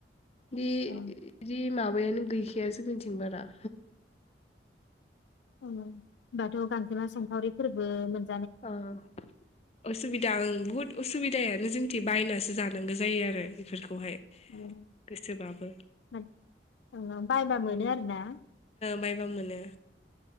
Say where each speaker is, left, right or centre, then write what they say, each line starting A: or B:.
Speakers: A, on the left; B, on the left.
A: बि
B: अ
A: जि माबायानो गै गैया जोंनिथिं बारा।
B: औ होनबाथ' गांजोमा सेंखावरि फोरबो मोन
A: ओं ओं उसुबिदा ओं बहुत उ सुबिदायानो जोंथि बायनासो जानांगौ जायो आरो बेफोरखौहाय
B: ओं
A: गोसोबाबो
B: ओ ओं ओं बायबा मोनो
A: ओ
B: आरो ना
A: बायबा मोनो